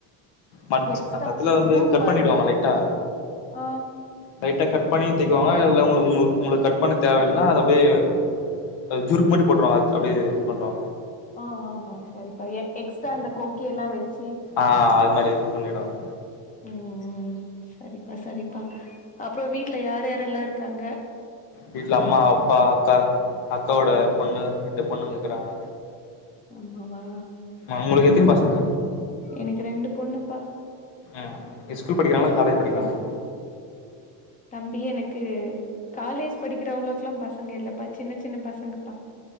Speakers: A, on the left (about 65°); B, on the left (about 15°).
A: மச்
B: எக்ஸ்ட்ரா
A: அந்த யத்துல வந்து
B: ஊக்
A: கட்
B: மாரி
A: பண்ணிடுவாங்க
B: வைக்கிறாங்க
A: லைட்டா
B: ஆ
A: லைட்டா கட் பண்ணியு திக்குவாங்கலா இல்ல உங்ளுக்கு உங்ளுக்கு உங்களுக்கு கட் பண்ண தேவயில்லனா அது அப்டியே அது ஜுருக்கு மாரி போட்றவா அது அப்டியே பண்றோ
B: ஆ ஆ ஆ சரிப்பா எக்ஸ்டரா அந்த கொக்கி எல்லா வச்சி
A: ஆ அது மாரி எதுவு பண்ணிடுவாங்க
B: ம் சரிப்பா சரிப்பா அப்புறோ வீட்ல யார் யாரெல்லா இருக்காங்க
A: வீட்ல அம்மா அப்பா அக்கா அக்காவோட பொண்ணு ரெண்டு பொண்ணுங்க இருக்குறாங்க
B: ஆமாவா
A: ஆ ஒங்களுக்கு எத்தினி பசங்க
B: எனக்கு ரெண்டு பொண்ணுப்பா
A: ம் எஸ்கூல் படிக்கிறாங்களா காலேஜ் படிக்கிறாங்களா
B: தம்பி எனக்கு காலேஜ் படிக்கிற அவ்ளவுக்குலா பசங்க இல்லப்பா சின்ன சின்ன பசங்கப்பா